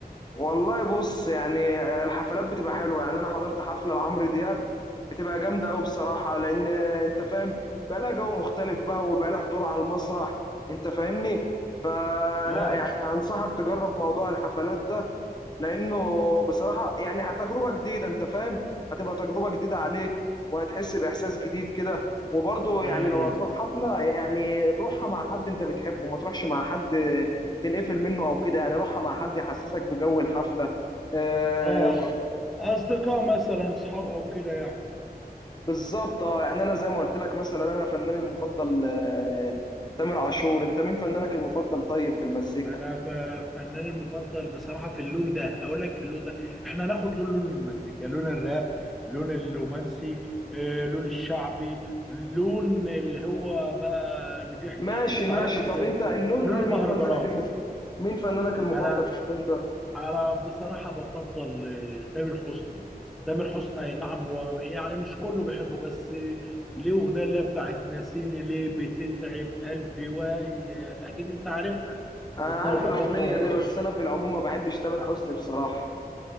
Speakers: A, on the left (about 25°); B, in the centre.
A: والله بص يعني الحفلات بتبقى حلوه يعني انا حضرت حفله لعمرو دياب بتبقى جامده قوي بصراحه لان انت فاهم بقى لها جو مختلف بقى وبقى لها حضور على المسرح انت فاهمني فلا
B: اه
A: يعني انصحك تجرب موضوع الحفلات ده لانه بصراحه يعني تجربه جديده انت فاهم هتبقى تجربه جديده عليك وهتحس باحساس جديد كده وبرضه يعني
B: امم
A: لو هتروح حفله يعني روحها مع حد انت بتحبه ما تروحش مع حد تنقفل منه او كده يعني روحها مع حد يحسسك بجو الحفله آه
B: اه اصدقاء مثلا اصحاب او كده يعني
A: بالظبط اه يعني انا زي ما قلت لك مثلا انا فناني المفضل آه تامر عاشور انت مين فنانك المفضل طيب في المزيكا
B: انا ف- فناني المفضل بصراحة في اللون ده اقول لك في اللون ده احنا هناخد لون لون من المزيكا لون الراب لون الرومانسي آه، لون الشعبي لون اللي هو بقى اللي بيحكي
A: ماشي
B: انت
A: ماشي
B: عارف اصل
A: طب انت اللون
B: لون
A: ده مين
B: المهرجانات
A: فنانك المف... مين فنانك المفضل
B: انا
A: في اللون ده
B: انا بصراحه بفضل آه، تامر حسني تامر حسني اي نعم هو يعني مش كله بيحبه بس آه، ليه اغنيه اللي هي بتاعت ناسيني ليه بتتعب قلبي وياك اكيد انت عارفها
A: انا
B: كانت طالعه
A: عارف الاغنيه
B: فتره
A: دي بس انا في العموم ما بحبش تامر حسني بصراحه